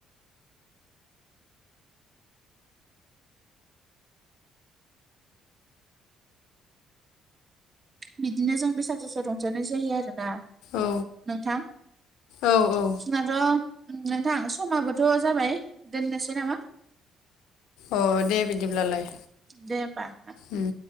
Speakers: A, on the right; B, on the left.
A: बिदिनो जों बैसागु समाव रंजानाय जायो आरो ना
B: औ
A: नोंथां
B: औ औ
A: जोंनाथ नोंथां समाबोथ जाबाय दोननोसै नामा
B: अ दे बिदिब्लालाय
A: दे होमबा ना
B: उम